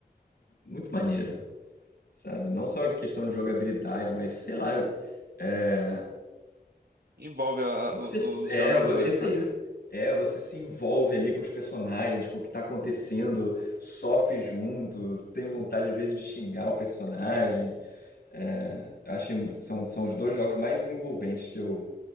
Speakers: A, on the left (about 70°); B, on the right (about 70°).
A: muito maneira, sabe? Não só em questão de jogabilidade, mas sei lá, é,
B: envolve a-
A: Você,
B: o- os
A: é,
B: jogadores,
A: vo- é isso
B: né?
A: aí. né? É, você se envolve ali com os personagens, com o que tá acontecendo, sofre junto, tem vontade às vezes de xingar o personagem. É, eu acho que são, são os dois jogos mais envolventes que eu,